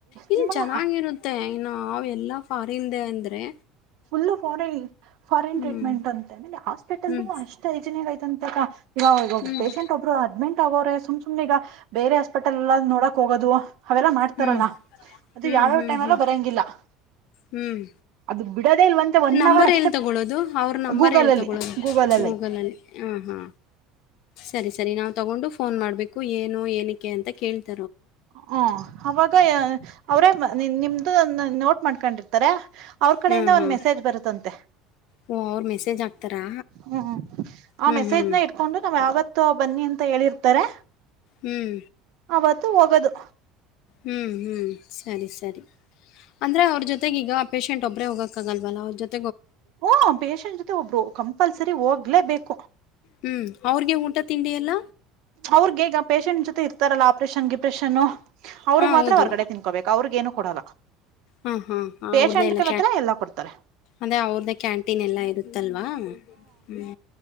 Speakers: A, on the left (about 55°); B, on the right (about 60°).
A: ಇಲ್ಲಿ
B: ತುಂಬಾ
A: ಚೆನ್ನಾಗಿರುತ್ತೆ ಇನ್ನು ನಾವೆಲ್ಲ ಫಾರಿಂದ ಅಂದರೆ
B: ಫುಲ್ಲು ಫನ್ ಫಾರಿನ್
A: ಹ್ಮ್.
B: ಟ್ರೀಟ್ಮೆಂಟ್ ಅಂತೇಲೆ ಹಾಸ್ಪಿಟಲ್
A: ಹ್ಮ್,
B: ಅಷ್ಟ ಯೋಜನ ಒಂತರ ಈಗಾಗ ಈಗಬ್
A: ಹ್ಮ್,
B: ಪೇಶಷಂಟ್ ಒಬ್ಬರು ಅಡ್ಮಿಂಟ್ ಆಗೋ್ರೆ ಸುಮ್ ಸು್ನೆ ಈಗ ಬೇರೆ ಹಾಸ್ಪೆಟಲ್ ಎಲ್ಲ ನೋಡಕ್ ಹೋಗೋದು ಅವೆಲ್ಲ ಮಾಡ್ತಾರಲ್ಲ
A: ಹ್ಮ್,
B: ಅದು
A: ಹ್ಮ್,
B: ಯಾವ್ಯಾವ
A: ಹ್ಮ್,
B: ಟೈಮ್ಲ್ಲ
A: ಹ್ಮ್, ಹ್ಮ್,
B: ಬರಂಗಿಲ್ಲ <inaudible>
A: ಹ್ಮ್
B: ಅದು ಬಿಡೋದೇ ಇಲ್ವಂತೆ ಒನ್
A: ನಂಬರ್
B: ಅವರ್ ಅಷ್ಟೇ
A: ಎಲ್ಲಿ ತಗೊೊಳ್ಳೋದು ಅವ್ರ ನಂಬರ್
B: ಗೂಗಲ್
A: ಎಲ್ಲಿ
B: ಅಲ್ಲಿ
A: ತಗೊೊಳ್ಳೋದು
B: ಗೂಗಲ್ ಅಲ್ಲಿ
A: ಗೂಗಲಲ್ಲಿ
B: ಐತೆ
A: ಹ ಹಾ ಸರಿ ಸರಿ ನಾವ್ ತಗೊಂಡು ಫೋನ್ ಮಾಡ್ಬೇಕು ಏನು ಏನಕ್ಕೆ ಅಂತ ಕೇಳ್ತ
B: ಹ ಅವಾಗ ಅವರೇ ನಿಮ್ದು ನೋಟ್ ಮಾಡ್ಕೊಂಡಿರ್ತ ಅವ್ರ ಕಡೆಯಿಂದ
A: ಹಾಂ ಹಾಂ
B: ಒಂದ್ ಮೆಸೇಜ್ ಬರುತ್ತಂತೆ
A: ಓ ಅವ್ರು ಮೆಸೇಜ್ ಹಾಕ್ತಾರಾ
B: ಹ್ಮ್ ಆ
A: ಹ್ಞೂ
B: ಮೆಸೇಜ್ನ
A: ಹ್ಞೂ
B: ಇಟ್ಕೊಂಡು ನಾವ್ ಯಾವತ್ತ ಬನ್ನಿ ಅಂತ ಹೇಳಿರ್ತಾರೆ
A: ಹ್ಮ್
B: ಅವತ್ತು ಹೋಗೋದು
A: ಹ್ಮ್ ಹ್ಮ್ ಸರಿ ಸರಿ ಅಂದ್ರೆ ಅವ್ರ ಜೊತೆಗೆ ಈಗ ಆ ಪೇಷಂಟ್ ಒಬ್ಬರೇ ಹೋಗೋಕ್ಕಾಗಲ್ವಲ್ಲ ಅವ್ರ ಜೊತೆ
B: ಹಓ ಪೇಷಂಟ್ ಜೊತೆ ಒಬ್ರು ಕಂಪಲ್ಸರಿ ಹೋಗ್ಲೇಬೇಕ
A: ಹ್ಮ್ ಅವ್ರಿಗೆ ಊಟ ತಿಂಡಿ ಎಲ್ಲ
B: ಅವ್ರಗ ಈಗ ಪೇಷೆಂಟ್ ಜೊತೆ ಇರ್ತಾರಲ್ಲಾ ಆಪ್ರೇಷನ್ ಡಿಪ್ರೆಷನ್ ಅವ್ರಗ್
A: ಹಾ
B: ಮಾತ್ರ
A: ಹೌದು
B: ಹೊರ್ಗಡೆ ತಿನ್ಕೋಬೇಕು ಅವ್ರಿಗೆ ಏನು ಕೊಡಲ್ಲ
A: ಹಾ ಹಾ
B: ಪೇಶೆಂಟ್ಗೆ
A: ಅವ್ರ್ದೇ ಎಲ್ಲ
B: ಮಾತ್ರ ಎಲ್ಲಾ ಕೊಡ್ತಾರೆ
A: ಅದೇ ಅವ್ರದ್ದ ಕ್ಯಾಂಟೀನ್ ಎಲ್ಲಾ ಇರುತ್ತೆ ಅಲ್ವಾ ಹ್ಮ